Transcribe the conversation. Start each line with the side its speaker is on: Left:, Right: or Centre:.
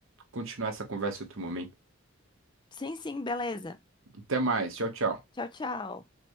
Right: continuar essa conversa em outro momento.
Left: Sim, sim, beleza.
Right: Até mais, tchau, tchau.
Left: Tchau, tchau.